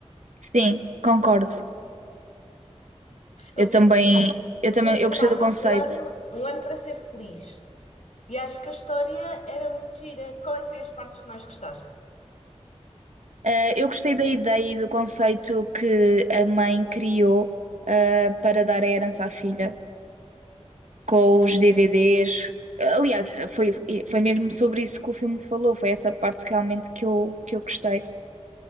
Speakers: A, on the right; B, on the left.
A: Sim, concordo.
B: O
A: Eu
B: filme,
A: também, eu
B: o
A: também,
B: filme
A: eu
B: chamava-se
A: gostei do conceito.
B: um ano, um ano para ser feliz. E acho que a história era muito gira. Qual é que foi as partes que mais gostaste?
A: Eh, eu gostei da ideia e do conceito que a mãe criou, eh, para dar a herança à filha, com os DVDs. Aliás, foi, foi mesmo sobre isso que o filme falou. Foi essa parte realmente que eu, que eu gostei.